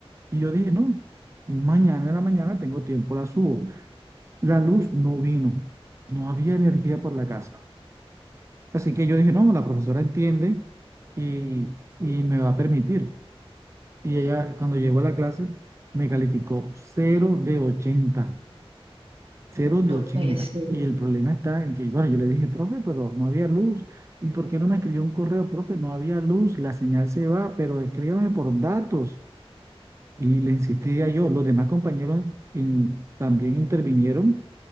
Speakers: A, on the right; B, on the right.
A: Y yo dije, no, mañana en la mañana tengo tiempo, la subo. La luz no vino, no había energía por la casa. Así que yo dije, no, la profesora entiende y, y me va a permitir. Y ella, cuando llegó a la clase, me calificó cero de ochenta Cero
B: No
A: de ochenta
B: puede ser.
A: Y el problema está en que, bueno, yo le dije, profe, pero no había luz. ¿Y por qué no me escribió un correo, profe? No había luz, la señal se va, pero escríbame por datos. Y le insistía yo. Los demás compañeros in- también intervinieron